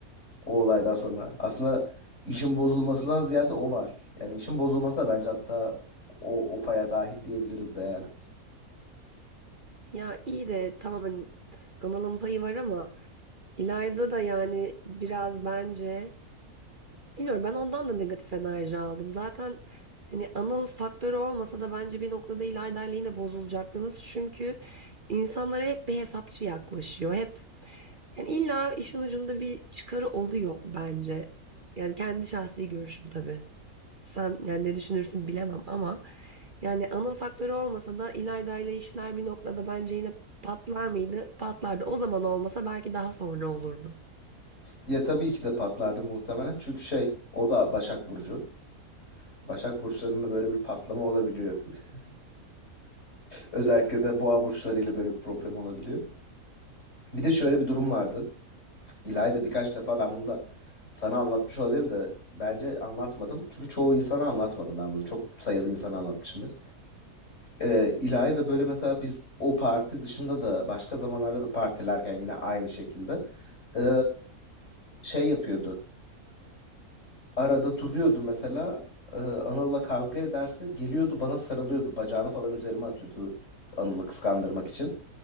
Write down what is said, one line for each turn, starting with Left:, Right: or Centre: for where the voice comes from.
Left: o olaydan sonra. Aslında işin bozulmasından ziyade o var. Yani işin bozulması da bence hatta o, o paya dahil diyebiliriz de yani.
Right: Ya iyi de tamam hani Anıl'ın payı var ama İlayda da yani biraz bence Bilmiyorum ben ondan da negatif enerji aldım. Zaten hani Anıl faktörü olmasa da bence bir noktada İlayda ile yine bozulacaktınız. Çünkü insanlara hep bir hesapçı yaklaşıyor. Hep yani illa işin ucunda bir çıkarı oluyor bence. Yani kendi şahsi görüşüm tabii. Sen yani ne düşünürsün bilemem ama yani Anıl faktörü olmasa da İlayda ile işler bir noktada bence yine patlar mıydı? Patlardı. O zaman olmasa belki daha sonra olurdu.
Left: Ya tabii ki de patlardı muhtemelen. Çünkü şey o da Başak Burcu. Başak burçlarında böyle bir patlama olabiliyor. <laughs> Özellikle de boğa burçlarıyla böyle bir problem olabiliyor. Bir de şöyle bir durum vardı. İlayda birkaç defa ben bunu da sana anlatmış olabilirim de bence anlatmadım. Çünkü çoğu insana anlatmadım ben bunu. Çok sayılı insana anlatmışımdır. Ee, İlayda böyle mesela biz o parti dışında da başka zamanlarda da partilerken yine aynı şekilde ee, şey yapıyordu arada duruyordu mesela. Ee, Anıl'la kavga ederse geliyordu bana sarılıyordu. Bacağını falan üzerime atıyordu Anıl'ı kıskandırmak için.